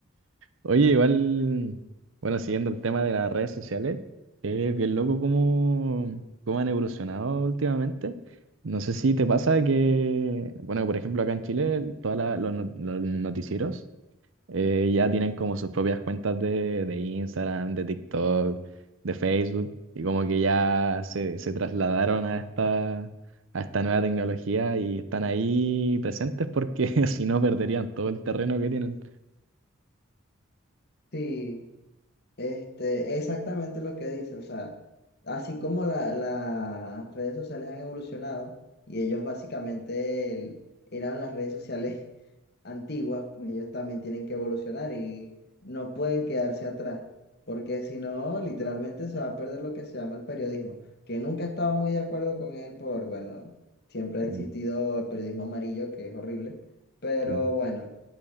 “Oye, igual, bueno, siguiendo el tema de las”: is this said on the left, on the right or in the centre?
Right